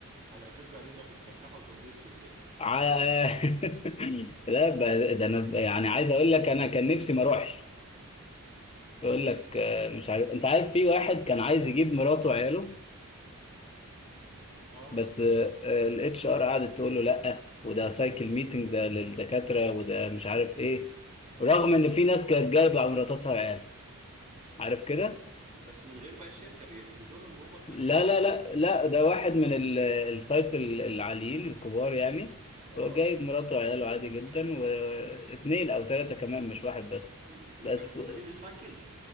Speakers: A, on the right; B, on the left.
A: على اساس بقى ان انتوا تتفسحوا وتنبسطوا وكده
B: على <laughs> لا ب- ده انا ب- يعني عايز اقول لك انا كان نفسي ما اروحش يقول لك آه، مش عارف انت عارف في واحد كان عايز يجيب مراته وعياله
A: اه
B: بس الاتش ار قعدت تقول له لا وده سايكل ميتنج ده للدكاتره وده مش عارف ايه رغم ان في ناس كانت جايبه مراتاتها وعيالها عارف كده
A: بس من غير بقى الشركه بيحجزوا لهم هم في
B: لا
A: نفس المكان
B: لا لا
A: وخلاص
B: لا ده واحد من ال- التايتل العاليين الكبار يعني
A: اه
B: هو جايب مراته وعياله عادي جدا واثنين او ثلاثه كمان مش واحد بس
A: <laughs>
B: بس
A: وكانوا حاضرين السايكل